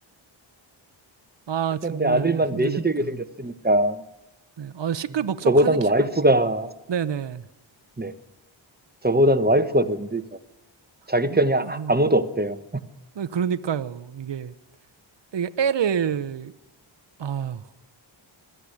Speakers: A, on the right; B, on the right.
A: 아,
B: 그런데
A: 정말
B: 아들만
A: 힘들겠다.
B: 넷이 되게 생겼으니까
A: 네, 아, 시끌벅적하니,
B: 음, 저보단 와이프가
A: 아, 네네.
B: 네. 저보단 와이프가 더 힘들죠. 자기
A: 그-
B: 편이 아,
A: 어, 어,
B: 아무도 없대요.
A: 어, 그러니까요. 이게, 이게 애를,
B: 음,
A: 아,